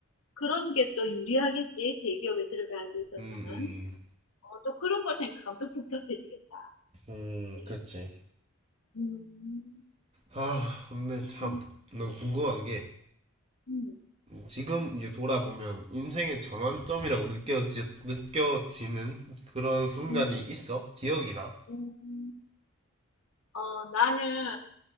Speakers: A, on the left; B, on the right.
A: 그런 게 또 유리하겠지. 대기업에 들어가는 데 있어서는.
B: 음, 음,
A: 어, 또 그런 거 생각하면 또 복잡해지겠다.
B: 음,
A: 그치?
B: 그치.
A: 음,
B: 아, 근데 참,
A: 음,
B: 난 궁금한 게,
A: 음,
B: 지금 이제 돌아보면 인생의 전환점이라고 느껴지, 느껴지는 그런 순간이
A: 음.
B: 있어? 기억이나?
A: 음. 어, 나는,